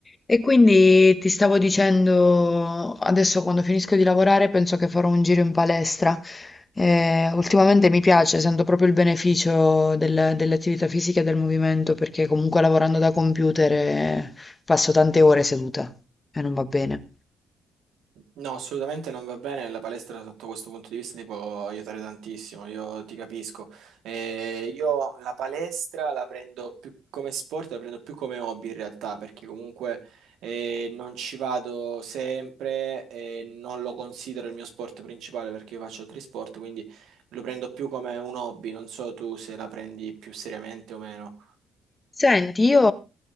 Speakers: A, on the left (about 25°); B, on the right (about 80°).
A: E quindi ti stavo dicendo, adesso quando finisco di lavorare penso che farò un giro in palestra. Eh, ultimamente mi piace, sento proprio il beneficio del- delle attività fisiche e del movimento, perché comunque lavorando da computer eh, passo tante ore seduta e non va bene.
B: No, assolutamente non va bene. La palestra sotto questo punto di vista ti può aiutare tantissimo, io ti capisco. Eh, io la palestra la prendo più come sport, la prendo più come hobby in realtà, perché comunque eh, non ci vado sempre e non lo considero il mio sport principale perché io faccio altri sport, quindi lo prendo più come un hobby. Non so tu se la prendi più seriamente o meno.
A: Senti, io